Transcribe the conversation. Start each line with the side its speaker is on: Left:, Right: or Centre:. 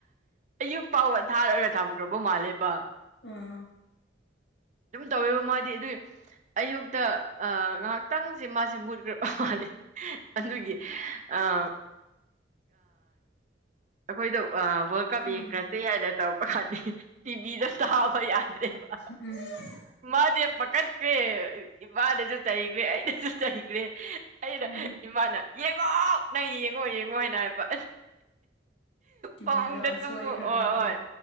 Right: ꯑꯌꯨꯛ ꯐꯥꯎꯕ ꯊꯥꯔꯒ ꯊꯝꯈ꯭ꯔꯕ ꯃꯥꯜꯂꯦꯕ
Left: ꯎꯝ
Right: ꯑꯗꯨꯝ ꯇꯧꯋꯦꯕ ꯃꯥꯗꯤ ꯑꯗꯨꯒꯤ ꯑꯌꯨꯛꯇ ꯉꯥꯏꯍꯥꯛꯇꯪꯁꯦ ꯃꯥꯁꯦ ꯃꯨꯠꯈ꯭ꯔ ꯃꯥꯂꯦ
Left: ꯎꯝ
Right: ꯑꯗꯨꯒꯤ ꯑꯥ ꯑꯩꯈꯣꯏꯗꯨ ꯋꯥꯜ ꯀꯥꯞ
Left: ꯎꯝ
Right: ꯕꯦꯡꯈ꯭ꯔꯁꯦ ꯍꯥꯏꯅ ꯇꯧꯔꯛ ꯀꯥꯟꯗ ꯇꯤꯚꯤꯗ ꯊꯥꯕ ꯌꯥꯗ꯭ꯔꯦꯕ
Left: ꯎꯝ
Right: ꯃꯥꯗꯤ ꯄꯈꯠꯈ꯭ꯔꯦ ꯏꯃꯥꯅꯁꯨ ꯆꯩꯈ꯭ꯔꯦ ꯑꯩꯅꯁꯨ ꯆꯩꯈ꯭ꯔꯦ ꯑꯩꯅ
Left: ꯎꯝ ꯎꯝ
Right: ꯏꯃꯥꯅ ꯌꯦꯡꯉꯣ ꯅꯪ ꯌꯦꯡꯉꯣ ꯌꯦꯡꯉꯣ ꯍꯥꯏꯅ ꯍꯥꯏꯕ
Left: ꯇꯤꯚꯤꯗꯣ
Right: ꯐꯃꯨꯡꯗ ꯇꯨꯝꯃꯣ
Left: ꯁꯣꯏꯈ꯭ꯔꯕꯒꯤ
Right: ꯍꯣꯢ ꯍꯣꯢ